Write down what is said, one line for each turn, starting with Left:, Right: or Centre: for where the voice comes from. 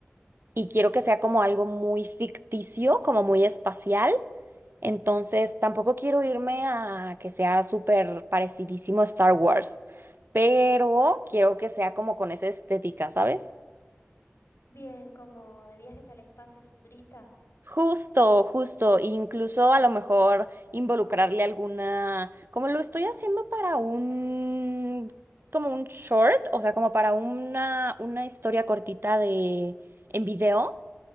Right: y quiero que sea como algo muy ficticio, como muy espacial. Entonces, tampoco quiero irme a que sea súper parecidísimo a Star Wars, pero quiero que sea como con esa estética, ¿sabes?
Left: Bien, como de viajes al espacio y futurista.
Right: Justo, justo, incluso a lo mejor involucrarle alguna, como lo estoy haciendo para un, como un short, o sea, como para una, una historia cortita de, en video.